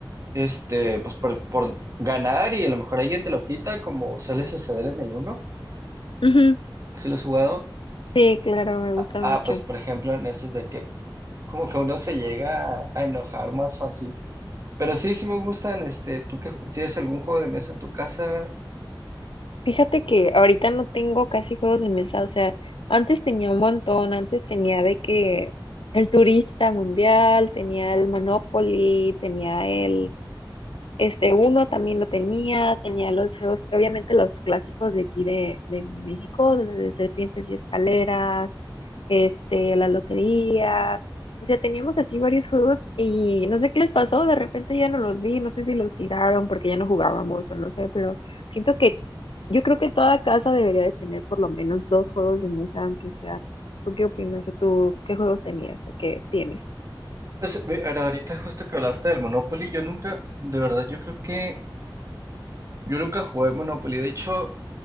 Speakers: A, on the right (about 40°); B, on the left (about 85°).
A: este, pues por, por ganar y a lo mejor alguien te lo quita, como suele suceder en el uno,
B: Ujú.
A: si lo has jugado.
B: Sí, claro, me gusta
A: Ah,
B: mucho.
A: pues por ejemplo, en esos de que como que uno se llega a a enojar más fácil. Pero sí, sí me gustan, este, ¿tú que tienes algún juego de mesa en tu casa?
B: Fíjate que ahorita no tengo casi juegos de mesa, o sea, antes tenía un montón, antes tenía de que el turista mundial, tenía el Monopoly, tenía el Este uno también lo tenía, tenía los juegos, obviamente los clásicos de aquí de, de México, de Serpientes y Escaleras, este, la lotería. O sea, teníamos así varios juegos y no sé qué les pasó, de repente ya no los vi, no sé si los tiraron porque ya no jugábamos o no sé, pero siento que yo creo que toda casa debería de tener por lo menos dos juegos de mesa, aunque sea. ¿Tú qué opinas? ¿O tú qué juegos tenías o qué tienes?
A: Pues ve- ahora- ahorita justo que hablaste del Monopoly, yo nunca, de verdad, yo creo que yo nunca jugué Monopoly. De hecho,